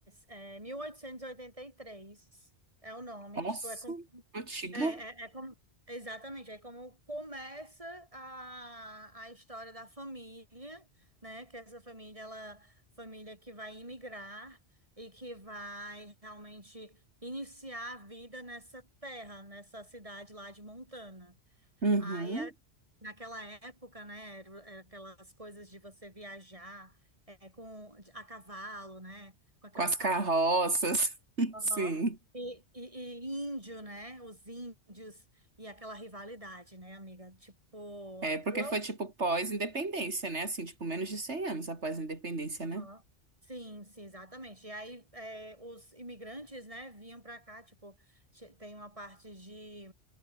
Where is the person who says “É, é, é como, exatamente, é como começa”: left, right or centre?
Right